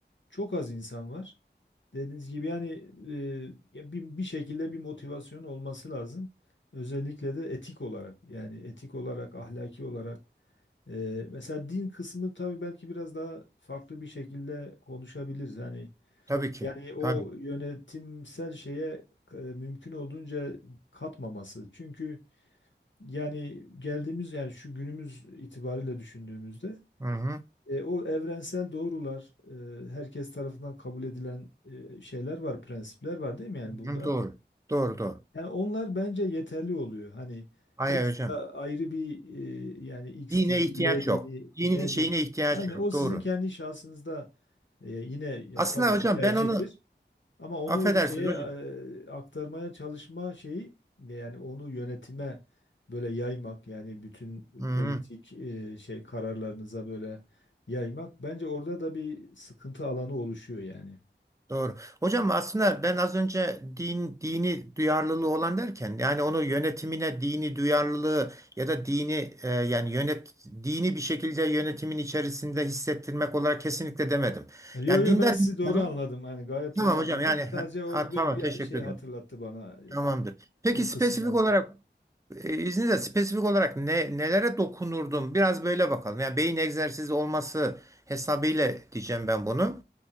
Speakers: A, on the left (about 80°); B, on the right (about 15°).
A: Çok az insan var. Dediğiniz gibi yani e, ya bir, bir şekilde bir motivasyon olması lazım. Özellikle de etik olarak yani etik olarak, ahlaki olarak. E, mesela din kısmı tabii belki biraz daha farklı bir şekilde konuşabiliriz. Yani
B: Tabii ki.
A: yani o
B: Tabii.
A: yönetimsel şeye e, mümkün olduğunca katmaması. Çünkü yani geldiğimiz yani şu günümüz itibariyle düşündüğümüzde
B: Hı hı.
A: e, o evrensel doğrular, e, herkes tarafından kabul edilen e, şeyler var, prensipler var değil mi? Yani bunda
B: Hı, Doğru. Doğru doğru.
A: yani onlar bence yeterli oluyor. Hani
B: Hayır
A: ekstra
B: hocam.
A: ayrı bir e, yani X
B: Dine
A: dini,
B: ihtiyaç
A: Y dini,
B: yok. Dinin
A: Y
B: şeyine
A: dini.
B: ihtiyaç
A: Aynen
B: yok.
A: o sizin
B: Doğru.
A: kendi şahsınızda e, yine ya
B: Aslında
A: tabii
B: hocam
A: ki tercihtir.
B: ben onu
A: Ama onu
B: affedersiniz
A: şeye
B: hocam.
A: e, aktarmaya çalışma şeyi yani onu yönetime böyle yaymak yani bütün
B: Hı hı.
A: politik e, şey kararlarınıza böyle yaymak bence orada da bir sıkıntı alanı oluşuyor yani.
B: Doğru. Hocam aslında ben az önce din dini duyarlılığı olan derken yani onu yönetimine dini duyarlılığı ya da dini e, yani yönet dini bir şekilde yönetimin içerisinde hissettirmek olarak kesinlikle demedim.
A: Yo
B: Yani
A: yo
B: dindar
A: ben sizi
B: bir insanın
A: doğru anladım. Yani gayet
B: tamam
A: doğru anladım.
B: hocam yani
A: Sadece
B: ha,
A: o
B: ha, tamam
A: böyle bir
B: teşekkür
A: şey
B: ederim.
A: hatırlattı bana e,
B: Tamamdır. Peki
A: o
B: spesifik
A: kısımlarda.
B: olarak e, izninizle spesifik olarak ne nelere dokunurdum? Biraz böyle bakalım. Yani beyin egzersizi olması hesabıyla diyeceğim ben bunu.